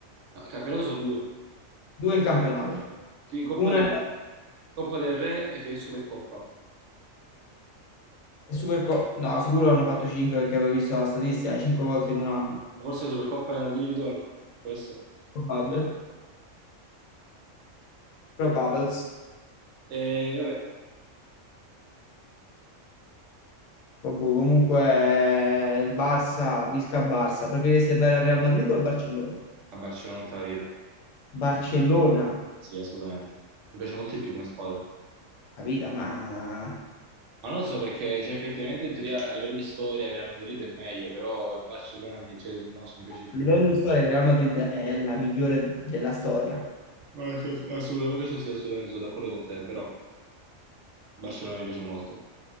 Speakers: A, on the right; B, on the left.
A: il campionato sono due.
B: Due in campionato.
A: Sì, Coppa
B: Una
A: del,
B: è
A: Coppa del Re e, e Supercoppa. Ma
B: è Superco- No, sicuro hanno fatto 5 perché avevo visto la statistica, 5 volte in un anno.
A: Forse la Supercoppa è andata di ritorno, può essere.
B: Probabile. Probables.
A: E vabbè,
B: Vabbè, comunque eh, il Barça, Visca Barça, preferiresti andare al Real Madrid o al Barcellona?
A: a Barcellona tutta la vita.
B: Barcellona,
A: Sì, assolutamente. Mi piace molto di più come squadra.
B: capito? Ma a
A: Ma non lo so perché, cioè, effettivamente in teoria a livello di storia il Real Madrid è meglio, però il Barcellona mi, cioè, non so, mi piace di
B: livello
A: più.
B: di storia il Real Madrid è la migliore della storia,
A: No, sì, ass- assolutamente, questo sì, assolutamente sono d'accordo con te, però il Barcellona mi piace molto.